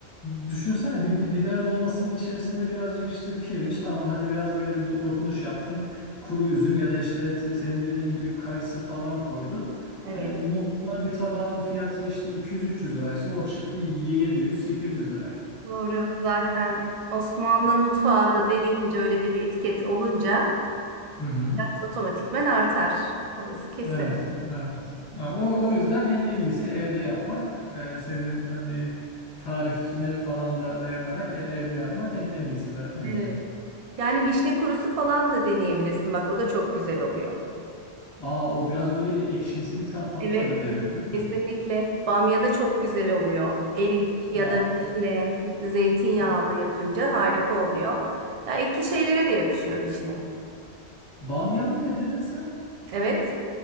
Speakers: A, on the left; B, on the right.
A: e, düşünsene bir, bir biber dolmasının içerisine birazcık işte pirinç tamam hadi biraz böyle bir do- dokunuş yaptın. Kuru üzüm ya da işte t- senin dediğin gibi kayısı falan koydun.
B: <laughs> Evet.
A: E, normal bir tabağın fiyatı işte 200-300 liraysa o çıktı 700-800 liraya.
B: Doğru. Zaten Osmanlı mutfağı da denilince öyle de bir etiket olunca
A: Hı hı.
B: biraz otomatikmen artar. Orası kesin.
A: Evet, evet. Ha, O, o yüzden en en iyisi evde yapmak. E, senin hani tarifine falan da dayanarak e- evde yapmak en en iyisi be- bence.
B: Evet. Yani vişne kurusu falan da deneyebilirsin. Bak o da çok güzel oluyor.
A: Aa o biraz böyle bir ekşimsi bir ta- tat
B: Evet.
A: da ve- verir değil mi?
B: Kesinlikle. Bamya da çok güzel oluyor. Erik ya
A: Aa,
B: da vişne, zeytinyağlı
A: hmm.
B: yapınca harika oluyor. Ya ekli şeylere de yakışıyor vişne.
A: bamya mı de dedin sen?
B: Evet.